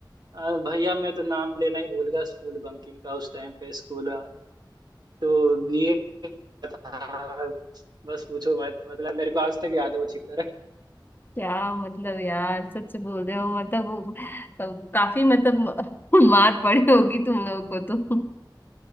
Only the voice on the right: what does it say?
अ, भैया मैं तो नाम लेना ही भूल गया स्कूल बंकिंग का उस टाइम पे स्कूल तो ये था, बस पूछो मत मतलब मेरे को आज तक याद है वो चित्तर <laughs>